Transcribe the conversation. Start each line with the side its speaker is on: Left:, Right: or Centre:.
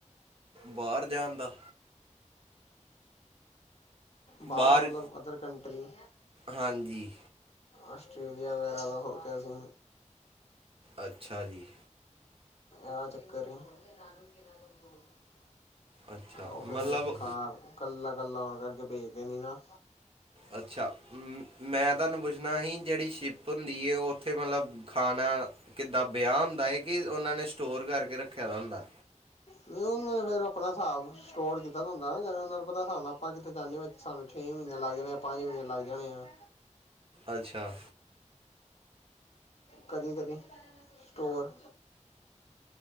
Right: ਬਾਰ ਜਾਣ ਦਾ
Left: ਬਾਰ
Right: ਬਾਹਰ
Left: ਮਤਲਬ ਅਦਰ ਕੰਟ੍ਰੀ
Right: ਹਾਂਜੀ
Left: ਆਸਟ੍ਰੇਲੀਆ ਵਗੈਰਾ ਦਾ ਸੋਚਿਆ ਸੀ।
Right: ਅੱਛਾ ਜੀ।
Left: ਆ ਚੱਕਰ ਏ ਮੇਰਾ ਨਾਨੂ ਵੀ ਕਿੰਨਾ ਕਮਜ਼ੋਰ ਸੀ।
Right: ਅੱਛਾ
Left: ਉਹ ਫੇਰ
Right: ਮਤਲਬ
Left: ਕਾਰ ਕੱਲਾ-ਕੱਲਾ ਹੋਨ ਕਰਕੇ ਭੇਜਦੇ ਨੀ ਨਾ।
Right: ਅੱਛਾ ਮ ਮੈਂ ਤੁਹਾਨੂੰ ਪੁੱਛਣਾ ਹੀ ਜੇੜੀ ਸ਼ਿਪ ਹੁੰਦੀ ਏ ਉੱਥੇ ਮਲਬ ਖਾਨਾ ਕਿੱਦਾਂ ਬਯਾ ਹੁੰਦਾ ਏ ਕਿ ਉਹਨਾਂ ਨੇ ਸਟੋਰ ਕਰਕੇ ਰੱਖਿਆ ਦਾ ਹੁੰਦਾ?
Left: ਨਈ ਉਹਨਾਂ ਨੇ ਫੇਰ ਆਪਣਾ ਹਸਾਬ ਸਟੋਰ ਕੀਤਾ ਹੁੰਦਾ ਨਾ ਜਿਵੇਂ ਉਹਨਾਂ ਨੂੰ ਪਤਾ ਸਾਬ ਨਾਲ ਆਪਾਂ ਕਿੱਥੇ ਜਾਨੇ ਬ ਸਾਨੂੰ ਛੇ ਮਹੀਨੇ ਲੱਗ ਜਾਣੇ ਆ, ਪੰਜ ਮਹੀਨੇ ਲੱਗ ਜਾਣੇ ਆ।
Right: ਅੱਛਾ।
Left: ਕਦੀ-ਕਦੀ ਸਟੋਰ